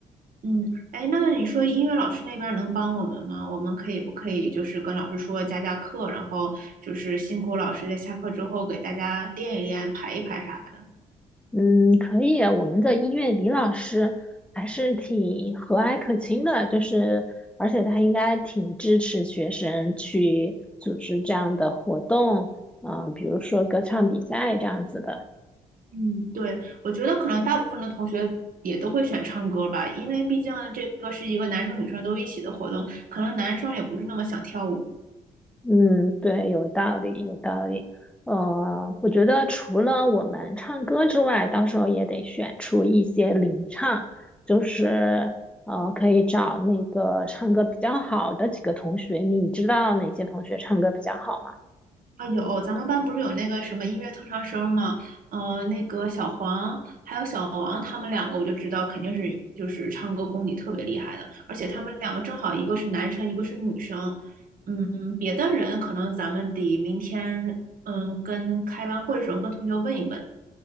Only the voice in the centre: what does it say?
嗯，可以啊，我们的音乐李老师还是挺和蔼可亲的，就是而且他应该挺支持学生去组织这样的活动，嗯、比如说歌唱比赛这样子的。
嗯，对，有道理，有道理。呃，我觉得除了我们唱歌之外，到时候也得选出一些领唱，就是呃，可以找那个唱歌比较好的几个同学。你知道哪些同学唱歌比较好吗？